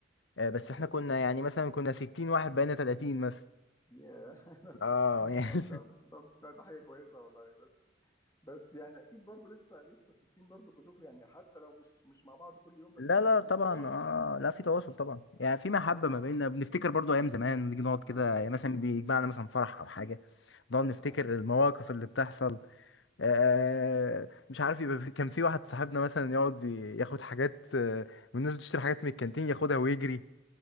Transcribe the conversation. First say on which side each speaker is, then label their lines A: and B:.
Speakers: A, on the left (about 70°); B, on the left (about 15°).
A: آه، بس
B: والله
A: احنا
B: ده
A: كنا يعني مثلا كنا 60 واحد بقينا 30 مثلا
B: ياه <laughs>
A: اه <laughs> يعني
B: طب ده طب ده, ده حاجه كويسه والله بس بس يعني اكيد برضو لسه لسه 60 برضو كلكم يعني حتى لو مش مش مع بعض كل يوم بس
A: لا لا
B: يعني
A: طبعا
B: في تواصل
A: اه لا في تواصل طبعا يعني في محبة
B: اه
A: ما بيننا بنفتكر برضو ايام زمان نيجي نقعد كده
B: اه
A: يعني مثلا بيجمعنا مثلا فرح او حاجة نقعد
B: اه
A: نفتكر
B: ما هي
A: المواقف اللي بتحصل آه مش عارف يبقى في- كان في واحد صاحبنا مثلا يقعد ي- ياخد حاجات آه والناس بتشتري حاجات من الكانتين ياخدها ويجري